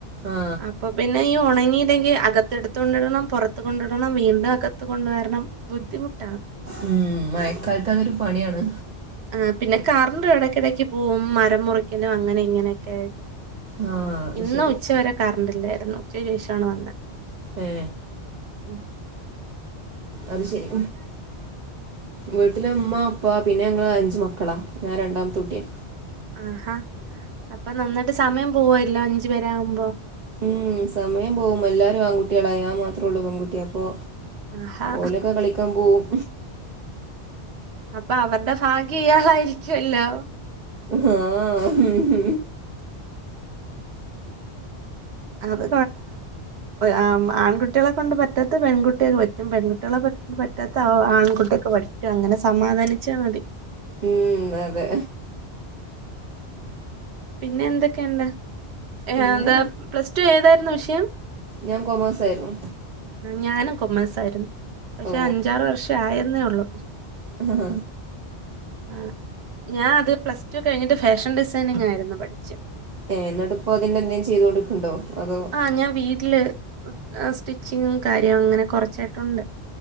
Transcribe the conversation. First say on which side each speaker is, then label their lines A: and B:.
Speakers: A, on the right; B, on the right.
A: ആ
B: അപ്പൊ പിന്നെ ഈ ഉണങ്ങില്ലെങ്കിൽ അകത്തെടുത്തുക കൊണ്ടിടണം പുറത്ത കൊണ്ടിടണം വീണ്ടും അകത്ത കൊണ്ടുവരണം ബുദ്ധിമുട്ട്
A: ഉം മയക്കാലത്ത് അതൊരു പണിയാണ്
B: ആ പിന്നെ കറണ്ട് ഇടയ്ക്കിടയ്ക്ക് പോകും മരം മുറിക്കലും അങ്ങനെ ഇങ്ങനെയൊക്കെ്
A: ആ അത്
B: ഇന്ന്
A: ശരി
B: ഉച്ച വരെ കറണ്ടില്ലായിരുന്നു ഉച്ചയ് ശേഷാണ് വന്നേ
A: ഏ
B: ഉം
A: അത് ശരി വീട്ടിലെ ഉമ്മ ഉപ്പ പിന്നെ ഞങ്ങള് അഞ്ചു മക്കളാ ഞാൻ രണ്ടാമത്തെട്ടിയാ
B: ആഹാ അപ്പൊ നന്നിട്ട് സമയം പോവല്ലോ അഞ്ചു പേരെ ആകുമ്പോ
A: ഉം സമയം പോകും എല്ലാരും ആൺകുട്ടികളാ ഞാൻ മാത്രേള്ളൂ പെൺകുട്ടിയ അപ്പൊ
B: ആഹാ
A: ഓലൊക്കെ കളിക്കാൻ പോവും
B: അപ്പൊ അവരുടെ ഭാഗ്യ ഇയാളായിരിക്കുവല്ലോ
A: ആഹ ഹ ഹ
B: അത് ആ് ആൺകുട്ടികളെ കൊണ്ട് പറ്റാത്ത പെൺകുട്ടികൾ പറ്റും പെൺകുട്ടികളെ പറ്റ പറ്റാത്ത ആൺകുട്ടിയൊക്കെ പറ്റും അങ്ങനെ സമാധാനിച്ചാൽ മതി
A: ഉം അതെ
B: പിന്നെ എന്തൊക്കെയുണ്ട് ഏ
A: പിന്നെ
B: എന്താ പ്ലസ് ടു ഏതായിരുന്നു വിഷയം
A: ഞാൻ കൊമേഴ്സ ആയിരുന്നു
B: ഞാനും കൊമേഴ്സ ആയിരുന്നു പക്ഷെ
A: ഓ
B: അഞ്ചാറ് വർഷം ആയെന്നേ ഉള്ള
A: ആഹ
B: ആ ഞാൻ അത് പ്ലസ് ടു കഴിഞ്ഞിട്ട് ഫാഷൻ ഡിസൈനിങ് ആയിരുന്നു പഠിച്ചത്
A: ഏ എന്നിട്ട് ഇപ്പോ അതിന്റെ എന്തേും ചെയ്ത കൊണ്ട് നിക്കണ്ടോ അതോ
B: ആഹ് ഞാൻ വീട്ടില് സ്റ്റിച്ചിങ്ങും കാര്യവും അങ്ങനെ കൊറച്ചായിട്ടുണ്ട്